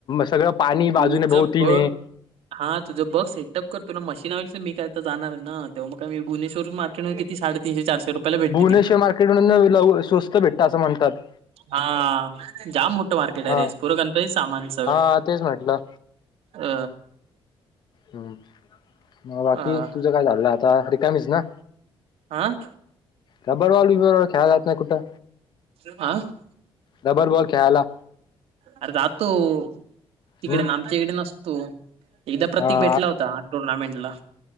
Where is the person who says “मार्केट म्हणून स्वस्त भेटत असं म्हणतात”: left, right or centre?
Left